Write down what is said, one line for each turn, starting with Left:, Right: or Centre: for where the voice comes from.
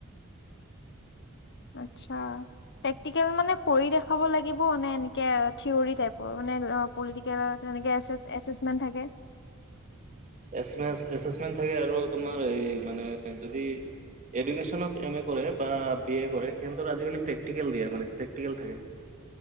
Left: আচ্ছা, প্ৰেক্টিকেল মানে কৰি দেখাব লাগিব নে এনেকে থ্ৰীয়ৰি টাইপ! মানে পলিটিকেল তেনেকে এছেচ-এছেচচিডমেণ্ট থাকে
Right: এছেমে- এছেচমেণ্ট থাকে আৰু তোমাৰ এই মানে যদি এডুকেচনত এম এ কৰে বা বি এ কৰে সিঁহতৰ আজিকালি প্ৰেক্টিকেল দিয়ে মানে প্ৰেক্টিকেল থাকে।